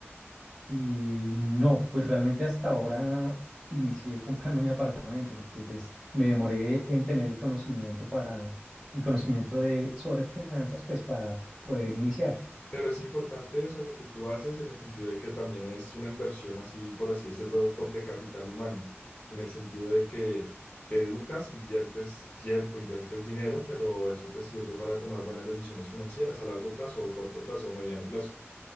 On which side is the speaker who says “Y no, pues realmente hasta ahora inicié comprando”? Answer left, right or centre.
Centre